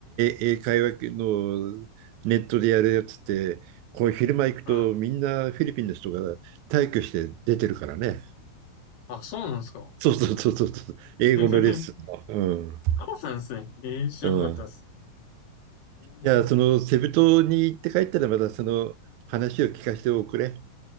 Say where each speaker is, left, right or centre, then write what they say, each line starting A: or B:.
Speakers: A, on the right; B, on the left.
A: 英英会話のネットでやるやつって、こう昼間行くとみんなフィリピンの人が
B: うん。
A: 退去して出てるからね。
B: あ、そうなんですか。
A: そうそうそうそうそう。英語のレッスンの。
B: <laughs>
A: うん。
B: そうなんですね。えー、知らなかったです。
A: うん。
B: うん
A: じゃあ、そのセブ島に行って帰ったらまたその話を聞かせておくれ。